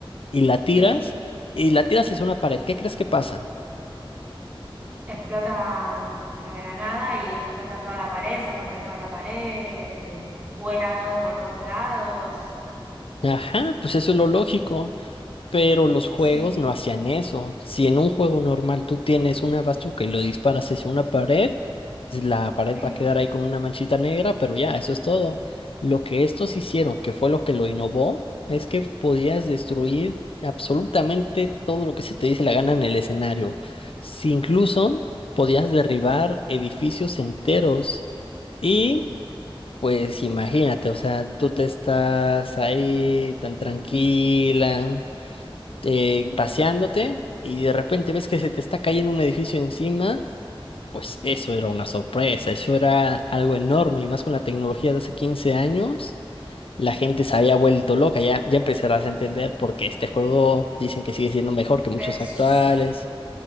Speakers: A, on the left (about 75°); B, on the right (about 15°).
A: y la tiras
B: Sí,
A: y la tiras hacia una pared. ¿Qué crees que pasa?
B: explota mm, la granada y explota toda la pared, se rompe toda la pared, vuela todo por todos lados.
A: Ajá, pues eso es lo lógico. Pero los juegos
B: Sí,
A: no hacían eso. Si en un juego normal tú tienes una bazooka y lo disparas hacia una pared, la pared
B: sí.
A: va a quedar ahí con una manchita negra, pero ya, eso es todo. Lo que estos hicieron, que fue lo que lo innovó, es que podías destruir absolutamente todo lo que se te dice la gana en el escenario. Si incluso podías derribar edificios enteros y... Pues imagínate, o sea, tú te estás ahí tan tranquila, eh, paseándote y de repente ves que se te está cayendo un edificio encima, pues eso era una sorpresa, eso era algo enorme y más con la tecnología de hace 15 años, la gente se había vuelto loca, ya, ya empezarás a entender por qué este juego dicen que sigue siendo mejor que muchos
B: Es
A: actuales,